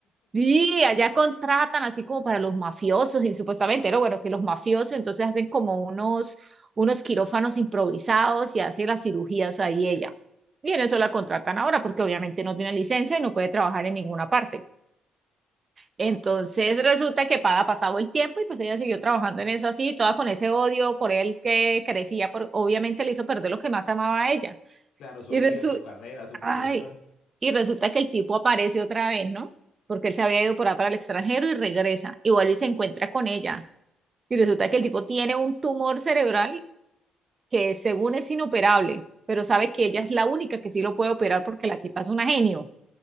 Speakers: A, on the right; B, on the left.
A: Y allá contratan así como para los mafiosos y supuestamente, pero bueno, que los mafiosos entonces hacen como unos, unos quirófanos improvisados y hace las cirugías ahí ella. Y en eso la contratan ahora porque obviamente no tiene licencia y no puede trabajar en ninguna parte. Entonces resulta que para pasado el tiempo y pues ella siguió trabajando en eso así, toda con ese odio por él que crecía, por, obviamente le hizo perder lo que más amaba a ella.
B: Claro, su
A: Y,
B: vida,
A: resu
B: su carrera, su profesión.
A: ay, y resulta que el tipo aparece otra vez, ¿no? Porque él se había ido por ahí para el extranjero y regresa, y vuelve y se encuentra con ella. Y resulta que el tipo tiene un tumor cerebral que según es inoperable, pero sabe que ella es la única que sí lo puede operar porque la tipa es una genio.